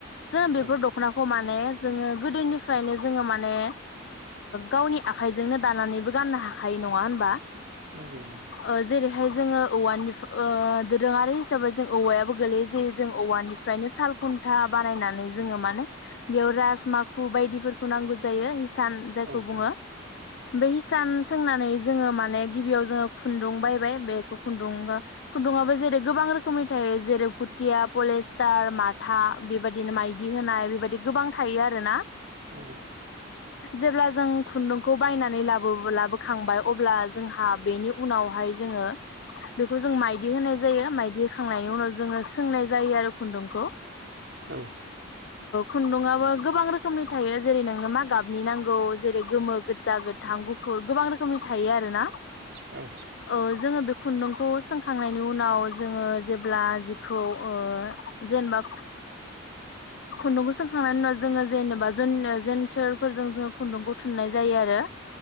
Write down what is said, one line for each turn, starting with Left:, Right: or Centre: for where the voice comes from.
Left: जों बेफोर
Right: औ
Left: दखनाखौ माने। जोङो गोदोनिफ्रायनो जोङो माने गावनि आखाइजोंनो दानानैबो गाननो हाखायो नङा होनबा।
Right: नंगौ नंगौ।
Left: ओ जेरैहाय जोङो औवानिफ्राय दोरोङारि हिसाबै जों औवायाबो गोलैयो जे जों औवानिफ्रायनो साल खुन्था बानायनानै जोङो माने बेयाव रासो माखु बायदिफोरखौ नांगौ जायो। इसान जायखौ
Right: औ
Left: बुङो।
Right: औ
Left: बे इसान सोंनानै जोङो माने गिबियाव जोङो खुन्दुं बायबाय बेखौ खुन्दुं खुन्दुङाबो जेरै गोबां रोखोमनि थायो जेरै फुथिया पलेस्टार माथा बेबायदिनो माइदि होनाय बेबायदि गोबां थायो आरो ना।
Right: नंगौ।
Left: जेब्ला जों खुन्दुंखौ बायनानै लाबो लाबोखांबाय अब्ला जोंहा बेनि उनावहाय जोङो बेखौ जों माइदि माइदि होनाय जायो माइदि होखांनायनि उनाव जोङो सोंनाय जायो आरो खुन्दुंखौ
Right: औ।
Left: खुन्दुंआबो गोबां रोखोमनि थायो जेरै नोंनो मा गाबनि नांगौ जेरै गोमो गोजा गोथां गुफुर गोबां रोखोमनि थायो आरो ना।
Right: औ
Left: औ जोङो बे खुन्दुंखौ सखांनायनि उनाव जोङो जेब्ला जिखौ जेनेबा खुन्दुंखौ सोंखांनायनि उनाव जोङो जेनेबा ज जेनथोरफोरजों जोङो खुन्दुंखौ थुननाय जायो आरो।